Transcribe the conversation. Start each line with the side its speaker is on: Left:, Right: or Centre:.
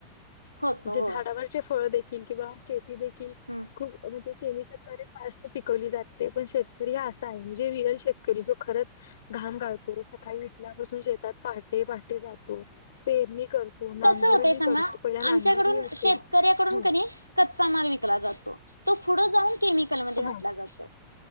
Right: होत
Left: म्हणजे झाडावरचे
Right: होय
Left: फळ देखील किंवा शेती देखील
Right: हम्म
Left: खूप केमिकल द्वारे फास्ट पिकवली जाते पण शेतकरी हा असा आहे म्हणजे रियल शेत करी जो खरच घाम गाळ सकाळी उठल्यापासून शेतात पहाटे पहाटे जातो, पेरणी करतो. नांगरणी
Right: कसं होतय सांगा.
Left: करतो पहिला नांगरणी
Right: आमच्याकडून
Left: येते
Right: शेतकऱ्याकडून
Left: हा
Right: कनी कच्चा माल विकला जातो. तो फुड जाऊन केमिकलमध्ये घातला
Left: हा
Right: जातो.